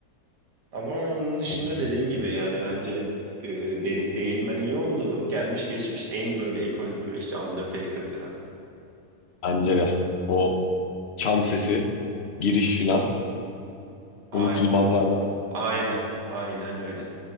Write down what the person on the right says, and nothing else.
Ama onun dışında
dediğin gibi yani bence e, de- değinmen iyi oldu. Gelmiş geçmiş en böyle ikonik güreşçi Undertaker'dır. Hani.
Aynen,
aynen, aynen öyle.